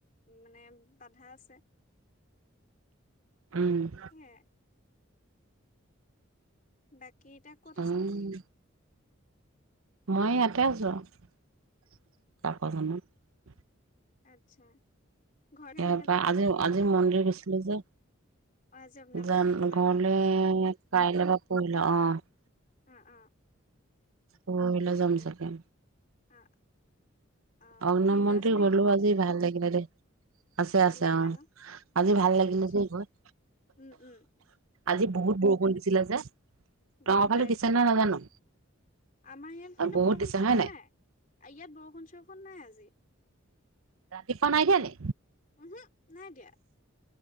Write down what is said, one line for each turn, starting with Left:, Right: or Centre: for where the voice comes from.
Left: উ মানে বাধা আছে।
Right: উম! !
Left: সেয়াই বাক কেইটা ক'ত
Right: উম
Left: আছা তুমি?
Right: মই ইয়াতে আছোঁ আৰু কাকজানত,
Left: আচ্ছা, ঘৰলে
Right: এ
Left: সেনেকে
Right: প
Left: যাবা
Right: আজি আজি মন্দিৰ গৈছিলোঁ যে,
Left: অ আজি অগ্নিনাভ
Right: জাম
Left: মন্দিৰ গ'লা
Right: ঘৰলে
Left: ন
Right: কাইলৈ বা পৰহিলে আহ,
Left: অ' অ'
Right: পৰোহিলে
Left: গম
Right: যাম
Left: পাই
Right: চাকে,
Left: অ অ
Right: অগ্নিনাভ‌
Left: ভিনদেউ
Right: মন্দিৰ
Left: আছে নেকি
Right: গলো আজি ভাল। একে আছে
Left: ভাল
Right: আছে
Left: লাগিলে
Right: অ
Left: ন
Right: আজি ভাল লাগিলে
Left: আচ্ছা
Right: দেই গৈ,
Left: উম উম
Right: আজি বহুত বৰষুণ দিছিলে যে, তহঁতৰ
Left: গম
Right: ফালে
Left: পাইছো
Right: দিছে নে নাজানো
Left: আমাৰ ইয়াত কিন্তু
Right: বহুত
Left: বৰষুণ
Right: দিছে
Left: চৰষুণ
Right: হয়
Left: নাই ইয়াত বৰষুণ চ নাই আজি!
Right: ৰাতিপুৱা নাই দিয়ানি
Left: উহু নাই দিয়া